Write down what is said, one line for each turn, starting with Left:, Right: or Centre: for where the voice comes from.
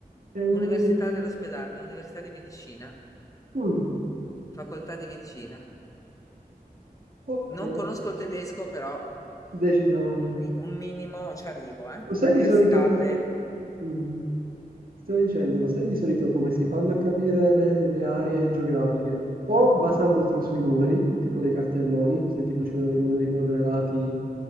Right: È un...
Left: Università dell'ospedale, Università di Medicina,
Right: mm,
Left: Facoltà di Medicina.
Right: ok,
Left: Non conosco il tedesco, però
Right: decisamente.
Left: un, mi- un minimo ci arrivo, eh.
Right: Lo sai
Left: Universitate.
Right: di solito, mm, sto dicendo, lo sai di solito come si fanno a capire le, le aree geografiche? O basandoti sui numeri, tipo dei cartelloni, se tipo ci sono dei numeri correlati